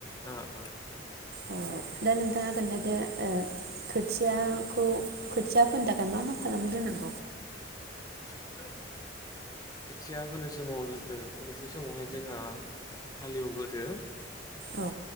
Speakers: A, on the left (about 20°); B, on the right (about 55°).
A: ओ ओ
B: अ दा नोंथाङा खोन्थादो ओ खोथियाखौ खोथिया फोन थाखाय मा-मा खालामग्रोनांगौ
A: <inaudible> <unintelligible> खोथिया फोनोसै समाव ओ फोनोसै समावहाय जोंहा हालेवबोदो‌।
B: औ